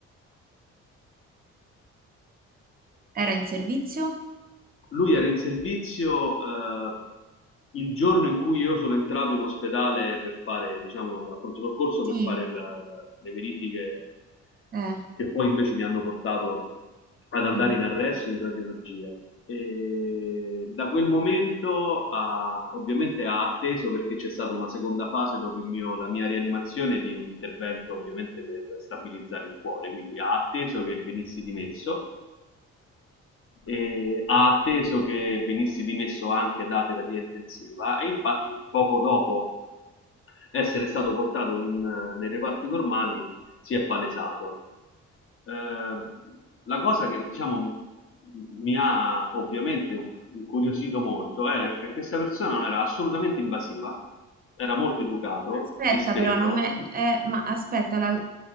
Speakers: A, on the right; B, on the left.
A: Era in servizio?
B: Lui era in servizio eh, il giorno in cui io sono entrato in ospedale per fare, diciamo, da pronto soccorso
A: Sì.
B: per fare la- la- le verifiche
A: Eh,
B: che poi invece mi hanno portato ad andare
A: mm.
B: in arresto in radiologia. E da quel momento ha- ovviamente ha atteso perché c'è stata una seconda fase dopo il mio- la mia rianimazione di un intervento ovviamente per stabilizzare il cuore, quindi ha atteso che venissi dimesso eh, ha atteso che venissi dimesso anche da terapia intensiva e infatti poco dopo essere stato portato in, nei reparti normali si è palesato. Eh, la cosa che diciamo mi ha ovviamente incuriosito molto era che questa persona non era assolutamente invasiva, era molto educato,
A: Aspetta
B: discreto,
A: però, non me... eh, ma aspetta, la-